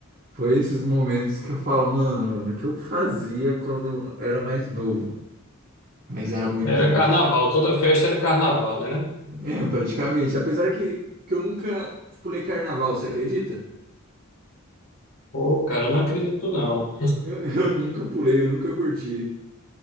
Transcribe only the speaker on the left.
Era
carnaval,
toda festa era carnaval, né? né?
Pô, cara, eu não acredito não.